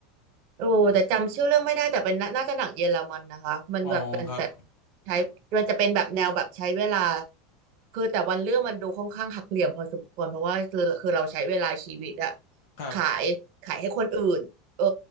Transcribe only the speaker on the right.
โอ้แต่จำชื่อเรื่องไม่ได้แต่เป็นน่าน่าจะหนังเยอรมันนะคะมันแบบเป็นแบบ
ใช้มันจะเป็นแบบแนวแบบใช้เวลาคือแต่วันเรื่องมันดูค่อนข้างหักเหลี่ยมพอสมควรเพราะว่าคือคือเราใช้เวลาชีวิตอะ
ขายขายให้คนอื่นเออ